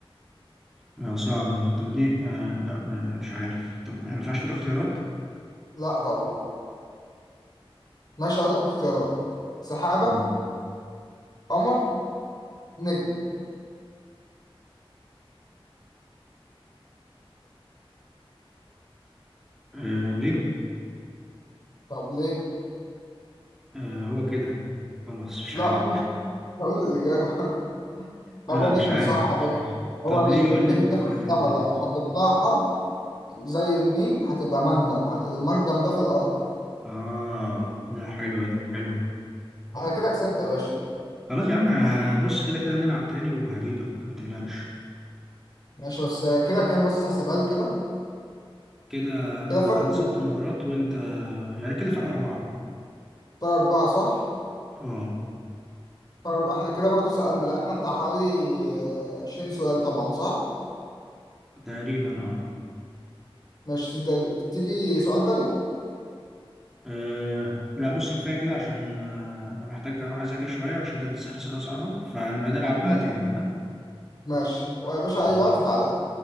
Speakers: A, in the centre; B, on the left (about 45°).
A: آه، صعبة دي طب دي آه لا م- مش عارف طب ما ينفعش تقول اختيارات
B: لا طبعا ماشي اقول لك اختيارات سحابة
A: مم.
B: قمر نجم
A: آه نجم
B: طب ليه؟
A: آه هو كده خلاص مش
B: لا
A: عارف
B: ما <laughs> اقول الإجابة
A: لا
B: هو
A: مش
B: نجم
A: عارف
B: صح أبدا.
A: مش عارف طب
B: هو نجم
A: ليه قول
B: النجم
A: لي انت
B: ده
A: قول
B: في السما
A: لي انت
B: لو
A: ليه
B: حطيت لها حرف زي الميم هتبقى منجم والمنجم ده في الأرض
A: اه لا حلوة دي حلوة
B: أنا كده كسبت يا باشا
A: خلاص يا عم هبص كده كده هنلعب تاني وهجيبك ما تقلقش
B: ماشي بس كده كام بس احسبها لي كده
A: كده انا
B: كده
A: غلطان
B: فرق
A: ست مرات وانت يعني كده فرق اربعة
B: فرق أربعة صح؟
A: اه
B: فرق أربعة إحنا كده برضو سألنا لعبنا بتاع حوالي عشرين سؤال طبعا صح؟
A: تقريبا اه
B: ماشي تيجي تيجي سؤال تاني؟
A: أه لا بص كفاية كده عشان آه، أنا محتاج أروح أذاكر شوية عشان أنت بتسأل أسئلة صعبة فنبقى نلعب بقى
B: لا.
A: تاني ها
B: ماشي ويا باشا أي
A: مم.
B: وقت تعالى